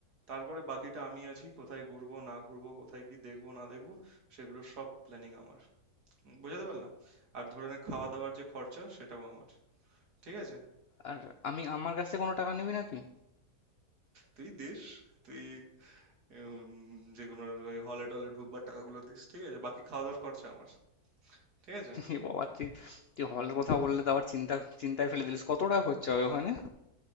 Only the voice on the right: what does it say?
তারপরে বাকিটা আমি আছি কোথায় ঘুরবো না ঘুরবো কোথায় কি দেখবো না দেখবো সেগুলোর সব প্ল্যানিং আমার উম, বোঝাতে পারলাম আর ধরে নে খাওয়া দাওয়ার যে খরচা সেটাও আমার ঠিক আছে
তুই দিস তুই উম, যে কোনো হলে টলে ঢুকবার টাকাগুলো দিস ঠিক আছে বাকি খাওয়া দাওয়ার খরচা আমার ঠিক আছে